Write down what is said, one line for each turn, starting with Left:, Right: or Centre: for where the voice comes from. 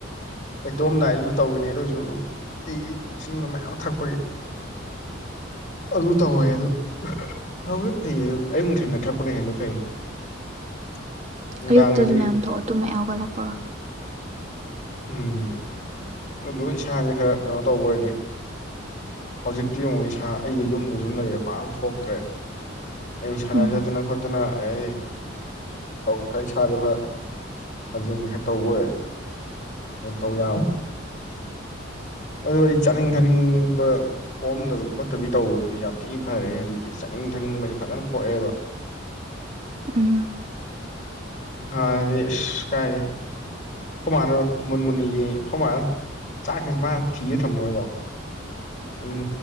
Left: ꯑꯩꯇꯨꯝꯃꯝꯗꯥꯏꯗꯁꯨ ꯇꯧꯋꯤꯅꯦ ꯑꯗꯣꯏꯁꯨ ꯑꯗꯨꯝ ꯑꯩ ꯏꯁꯤꯡꯗꯨ ꯃꯌꯥꯝ ꯊꯛꯄꯒꯤ ꯑꯗꯨ ꯇꯧꯋꯦ ꯑꯗꯨ ꯐꯕꯨꯗꯤ ꯐꯩꯌꯦ ꯑꯗꯨ ꯑꯌꯨꯛ ꯅꯨꯡꯊꯤꯟꯗ ꯊꯛꯄꯅ ꯍꯦꯟꯅꯗꯤ ꯐꯩ <inaudible> ꯅꯨꯡꯗꯥꯡꯗꯗꯤ
Right: ꯑꯌꯨꯛꯇꯁꯨ ꯃꯌꯥꯝ ꯊꯛꯑꯣ ꯇꯨꯝ ꯃꯌꯥꯝ ꯊꯛꯄꯔꯣ
Left: ꯎꯝ ꯑꯗꯨꯒ ꯏꯁꯥꯁꯦ ꯈꯔ ꯀꯩꯅꯣ ꯇꯧꯒꯔꯗꯤ ꯍꯧꯖꯤꯛꯇꯤ ꯌꯦꯡꯉꯣ ꯏꯁꯥ ꯑꯩꯗꯣ ꯌꯨꯝꯗꯁꯨꯨꯝ ꯂꯩꯔꯦ ꯄꯥꯛꯅ ꯊꯣꯛꯇ꯭ꯔꯦ ꯑꯩ ꯁꯅꯥ
Right: ꯎꯝ
Left: ꯆꯠꯇꯅ ꯈꯣꯠꯇꯅ ꯑꯗꯩꯗꯤ ꯇꯧ ꯏꯁꯥꯗꯣ ꯈꯔ ꯁꯥꯖꯦꯟꯒ ꯈꯔ ꯇꯧꯕ ꯑꯣꯏꯔꯗꯤ ꯀ ꯇꯧ ꯌꯥꯕ ꯑꯗꯨ ꯑꯩ ꯆꯥꯅꯤꯡ ꯊꯥꯅꯤꯡꯕ ꯄꯣꯝꯗꯕꯤ ꯈꯣꯠꯇꯕꯤ ꯇꯧꯕꯗꯨꯗꯤ ꯌꯥꯝ ꯊꯤꯅ ꯐꯔꯛꯑꯦ ꯍꯧꯖꯤꯛꯇꯤ ꯆꯥꯅꯤꯡ ꯊꯥꯅꯤꯡꯕꯅ ꯐꯖꯅ ꯄꯣꯛꯑꯦꯕ
Right: ꯎꯝ
Left: ꯍꯥ ꯔꯁ ꯀꯥꯏꯦ ꯍꯨꯃꯥꯅ ꯃꯨꯟ ꯃꯨꯅꯤ ꯌꯦ ꯁꯃꯅ ꯆꯥꯛꯁꯤꯁꯨ ꯃꯥ ꯊꯤꯒ ꯊꯝꯃꯨꯔꯀꯣ ꯎꯝ